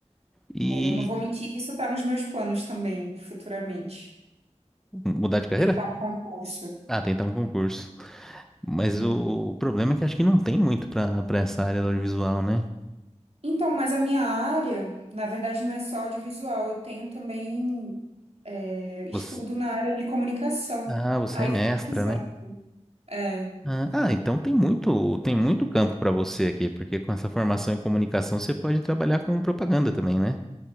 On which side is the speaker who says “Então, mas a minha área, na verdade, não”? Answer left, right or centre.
Right